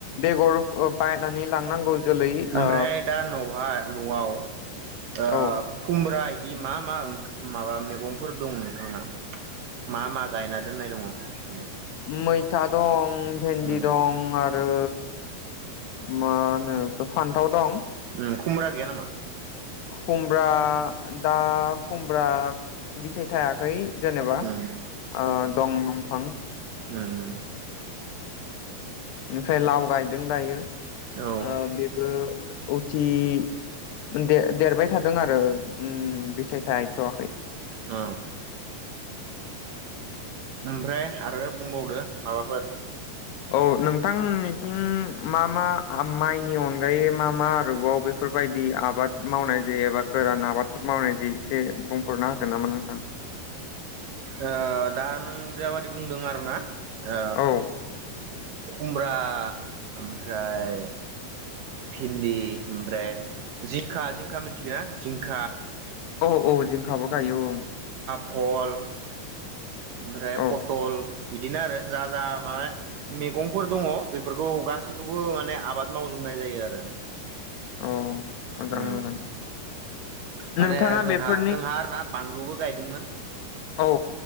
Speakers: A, on the left; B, on the right.
A: बेगर ओ बायनानै लांनांगौ जोलै
B: ओमफ्राय
A: ओ
B: दा न'हा न'आव ओ
A: औ
B: खुम्रा बे मा मा माबा मैगंफोर दं नोंथांना मा मा गायना दोननाय दङ माने
A: मैथा दं भेन्दि
B: उम
A: दं आरो मा होनो खौ फान्थाव दं
B: ओम खुमब्रा गैया नामा
A: खुमब्रा दा खु ब्रा बिथाइ थायाखै जेनेबा
B: उम
A: ओ दं दंफां
B: उम उम
A: निफाय लाव गायदों दायो
B: औ ओं
A: ओ बेबो औथि <unintelligible> देरबाय थादों आरो उम बिथाय थायथ'वाखै
B: अ ओमफ्राय आरो बुंबावदो माबाफोर
A: औ नोंथांमोननिथिं मा मा माइनि अनगायै मा मा आरोबाव बेफोरबायदि आबाद मावनाय जायो एबा गोरान आबादफोर मावनाय जायो एसे बुंफोरना होगोन नामा नोंथां
B: ओ दा नों जाबादि बुंदों आरो ना आ
A: औ
B: खुमब्रा आं ओमफ्राय भिन्दि ओमफ्राय जिंखा जिंखा मिथिगोना जिंख
A: औ औ जिं खाबो गायो उम
B: भहल ओमफ्राय
A: औ
B: पटल बिदिनो आरो जा जा माबा मेगंफोर दङ बेफोरखौ गासैखौबो माने आबाद मावजोबनाय जायो आरो
A: औ मोजां
B: उम
A: मोजां
B: माने
A: नोंथाङा
B: जोंहा
A: बेफोरनि
B: जोंहा आरो ना बानलुबो गायदोंमोन
A: औ